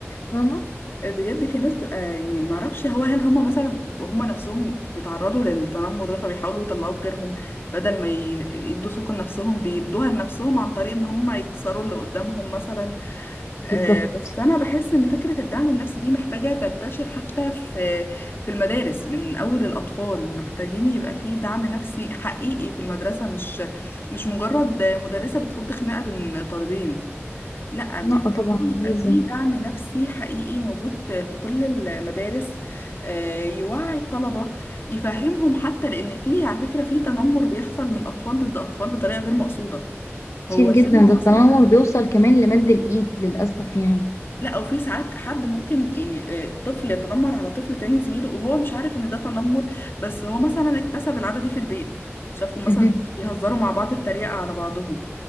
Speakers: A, on the left (about 85°); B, on the left (about 50°).
A: فاهمه
B: بجد في ناس تبقى يعني ما اعرفش هو هل هم مثلا هم نفسهم بيتعرضوا للتنمر ده فبيحاولوا يطلعوه في غيرهم بدل ما ي- يدوا ثقة لنفسهم بيدوها لنفسهم عن طريق ان هم يكسروا اللي قدامهم مثلا
A: بالظبط
B: آه بس انا بحس ان فكرة الدعم النفسي دي محتاجة تنتشر حتى في في المدارس من اول الاطفال محتاجين يبقى في دعم نفسي حقيقي في المدرسة مش مش مجرد مدرسة بتفض خناقة بين طالبين لا محتاجين
A: لا طبعا
B: يبقى
A: لازم
B: في دعم نفسي حقيقي موجود في في كل المدارس آه، يوعي الطلبة يفهمهم حتى لأن في على فكرة في تنمر بيحصل من أطفال ضد أطفال بطريقة غير مقصودة هو
A: كتير جدا
B: سمعوا
A: ده التنمر
B: مثلا
A: بيوصل كمان لمد الايد للاسف يعني
B: لا او في ساعات حد ممكن يعني آه، طفل يتنمر على طفل تاني زميله وهو مش عارف ان ده تنمر بس هو مثلا اكتسب العادة دي في البيت شافهم مثلا
A: مهم.
B: بيهزروا مع بعض بتريقة على بعضهم